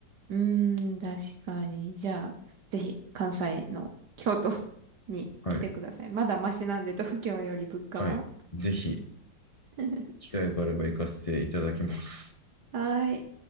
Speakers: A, on the right (about 65°); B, on the left (about 60°).
A: うーん、確かに。じゃあ、ぜひ、関西の京都 <laughs> に来てください。
B: はい、
A: まだマシなんで、東京より物価は。
B: はい。ぜひ、
A: <laughs>
B: 機会があれば行かせていただきます。
A: はーい。